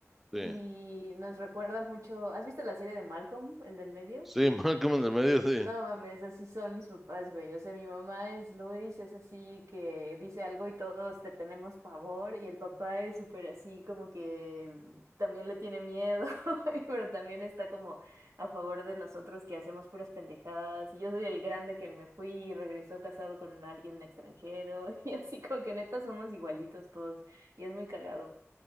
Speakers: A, on the right; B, in the centre.
A: y
B: Sí,
A: nos recuerda mucho, ¿has visto la serie de Malcolm, el del medio?
B: sí, <laughs> más como en el medio, sí.
A: No mames, así son mis papás, güey. O sea, mi mamá es Luis, es así que dice algo y todos te tenemos pavor. Y el papá es súper así, como que también le tiene miedo, <laughs> y- pero también está como a favor de nosotros que hacemos puras pendejadas. Y yo soy el grande que me fui y regresó casado con alguien extranjero. <laughs> Y así como que neta somos igualitos todos. Y es muy cagado.